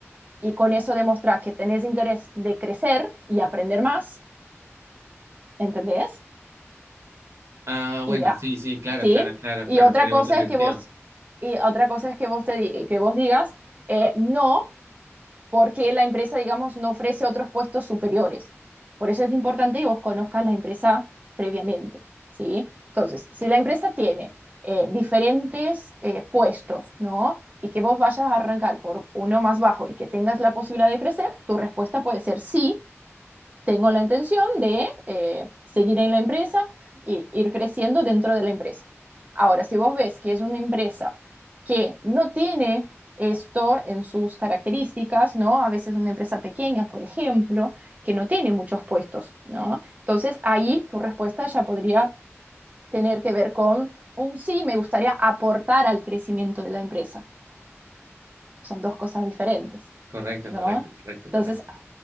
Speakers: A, on the right; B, on the right.
A: y con eso demostrar que tenés interés de crecer y aprender más, ¿entendés?
B: Ah, bueno,
A: Y a-
B: sí, sí, claro,
A: ¿sí?
B: claro, claro,
A: Y
B: claro,
A: otra
B: tiene
A: cosa
B: mucho sentido.
A: es que vos, y otra cosa es que vos, te, di- que vos digas eh, no, porque la empresa, digamos, no ofrece otros puestos superiores. Por eso es importante que vos conozcas la empresa previamente, ¿sí? Entonces, si la empresa tiene eh, diferentes eh, puestos, ¿no? Y que vos vayas a arrancar por uno más bajo y que tengas la posibilidad de crecer, tu respuesta puede ser sí, tengo la intención de eh, seguir en la empresa y ir creciendo dentro de la empresa. Ahora, si vos ves que es una empresa que no tiene esto en sus características, ¿no? A veces una empresa pequeña, por ejemplo, que no tiene muchos puestos, ¿no? Entonces ahí tu respuesta ya podría tener que ver con un sí, me gustaría aportar al crecimiento de la empresa. Son dos cosas diferentes,
B: Correcto,
A: ¿no?
B: correcto, correcto,
A: Entonces
B: correcto.